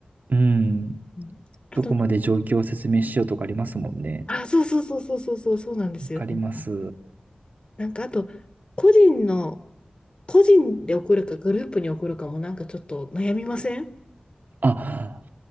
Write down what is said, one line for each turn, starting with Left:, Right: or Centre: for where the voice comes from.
Right: うん、
Left: うん、あと
Right: どこまで状況を説明しようとかありますもんね。
Left: あ、そうそうそうそうそうそうそうなんですよね。
Right: わかります。
Left: なんかあと、個人の、個人で送るかグループに送るかもなんかちょっと悩みません
Right: あ、